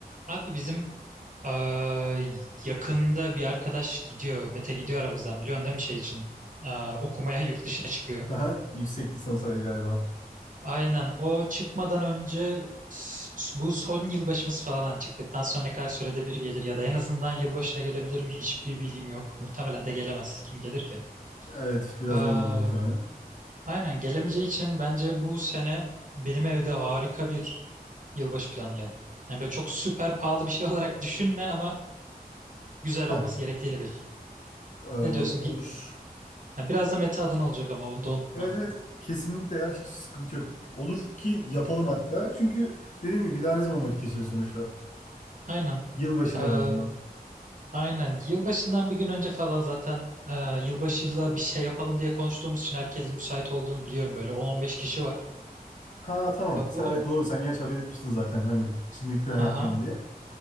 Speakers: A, on the right; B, on the left.
A: Abi bizim eee, yakında bir arkadaş gidiyor. Mete gidiyor aramızdan biliyorsun değil mi şey için? Eee, okumaya yurt dışına çıkıyor.
B: Aha, yüksek lisansaydı galiba.
A: Aynen o çıkmadan önce s- bu son yılbaşımız falan hani çıktıktan sonra ne kadar sürede bir gelir ya da en azından yılbaşına gelebilir mi hiçbir bilgim yok. Muhtemelen de gelemez. Kim gelir ki?
B: Evet, biraz
A: Eee,
B: öyle olur muhtemelen.
A: aynen gelemeyeceği için bence bu sene benim evde harika bir yılbaşı planlayalım. Hani böyle çok süper pahalı bir şey <laughs> olarak düşünme ama güzel
B: Heh,
A: olması gerektiğini bil.
B: e,
A: Ne diyorsun
B: olur.
A: git. Ha, biraz da meta adına olacak ama onu da unutma.
B: Evet evet, kesinlikle ya hiç sıkıntı yok. Olur ki yapalım hatta. Çünkü dediğim gibi bir daha ne zaman vakit geçiriyor sonuçta.
A: Aynen.
B: Yılbaşını
A: Ee,
B: en azından.
A: aynen. Yılbaşından bir gün önce falan zaten e, yılbaşıyla bir şey yapalım diye konuştuğumuz için herkesin müsait olduğunu biliyorum. Böyle 10-15 kişi var.
B: Ha tamam.
A: Ya
B: Sen,
A: Bu
B: evet doğru sen gerçi haber etmiştin zaten hani şimdilik plan yapmayın
A: Aha,
B: diye.